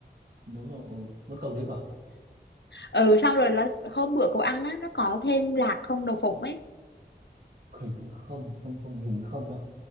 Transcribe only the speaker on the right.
nấu xong ừ, mất công đấy cả
hình như không không không hình như không đâu